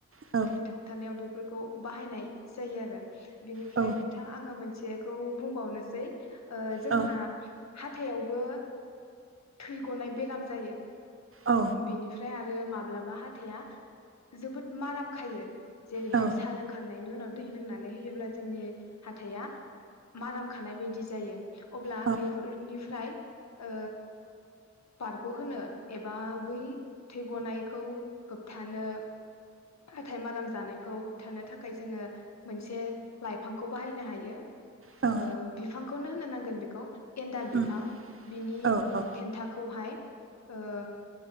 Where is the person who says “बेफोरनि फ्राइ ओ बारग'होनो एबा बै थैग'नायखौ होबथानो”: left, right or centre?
Left